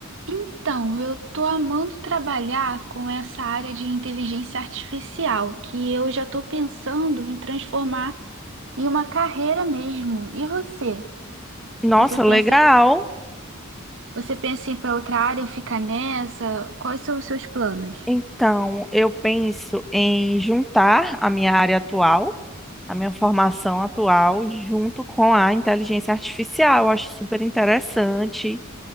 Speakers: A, on the right (about 65°); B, in the centre.
A: Então, eu tô amando trabalhar com essa área de inteligência artificial, que eu já tô pensando em transformar em uma carreira mesmo. E você?
B: Nossa,
A: Você pensa
B: legal.
A: em você pensa em ir para outra área ou ficar nessa? Quais são os seus planos?
B: Então, eu penso em juntar a minha área atual, a minha formação atual, junto com a inteligência artificial. Eu acho super interessante.